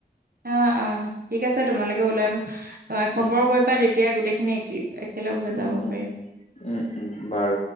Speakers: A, on the right; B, on the left.
A: অ অ ঠিক আছে তোমালোকে উওলাম খবৰ
B: উম
A: কৰিবা তেতিয়া গোটেইখিনি এক একেলগ হৈ
B: উম
A: যাব
B: উম
A: পাৰিম
B: উম উম বাৰু